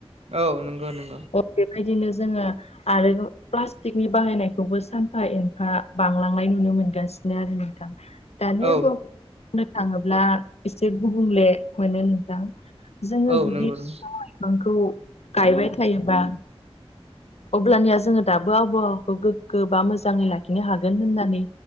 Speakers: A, on the right; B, on the left.
A: औ नंगौ नों
B: अ बेबायदिनो जोङो आरो प्लास्टिकनि बाहायनायखौबो सानफा एनफा बांलांनाय नुनो मोनगासिनो नो आरो नोंथां दानिया
A: औ
B: बुंनो थाङोब्ला एसे गुबुंले मोनो नोंथां जोङो
A: औ
B: जुदि
A: नंगौ नंगौ
B: बिफां लाइफांखौ गायबाय थायोबा अब्लानिया जोङो दाबो आबहावाखौ गोग्गो बा मोजाङै लाखिनो हागोन होननानै